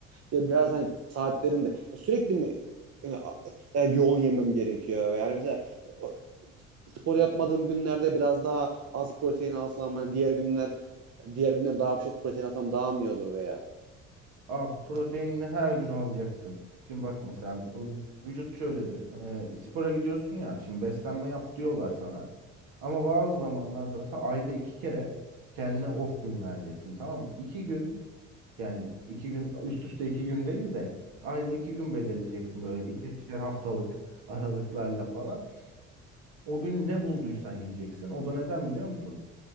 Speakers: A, on the right; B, on the right.
A: ya biraz hani saatlerinde sürekli mi e, a- e, yoğun yemem gerekiyor? Yani mesela o- spor yapmadığım günlerde biraz daha az protein alsam hani diğer günler diğer günler daha çok protein alsam daha mı iyi olur veya?
B: Abi proteinini her gün alacaksın. Şimdi bak mesela o vücut şöyledir. Ee, spora gidiyorsun ya şimdi beslenme yap diyorlar sana. Ama bazı zamanlarda mesela ayda iki kere kendine off gün vereceksin tamam mı? İki gün yani iki gün üst üste iki gün değil de ayda iki gün belirleyeceksin böyle iki, ikişer haftalık aralıklarla falan. O gün ne bulduysan yiyeceksin. O da neden biliyor musun?